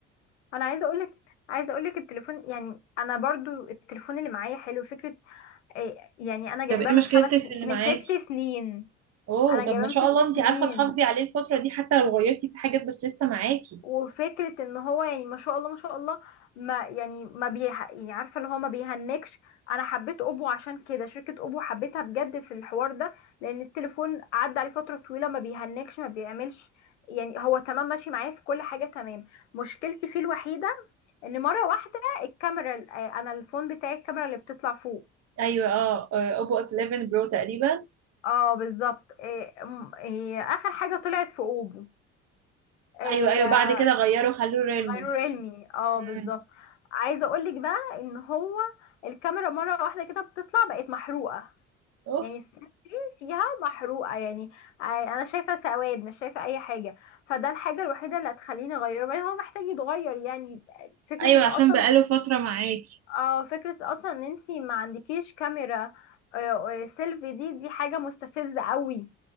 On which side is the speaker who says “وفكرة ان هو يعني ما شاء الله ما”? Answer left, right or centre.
Left